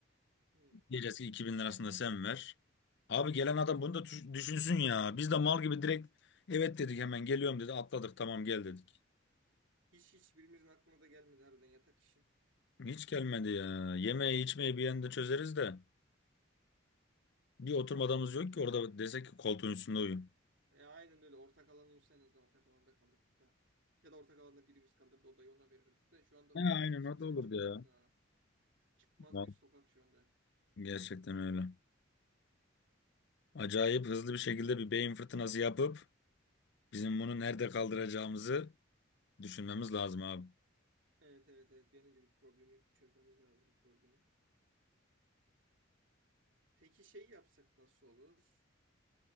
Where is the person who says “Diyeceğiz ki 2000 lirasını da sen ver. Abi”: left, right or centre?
Left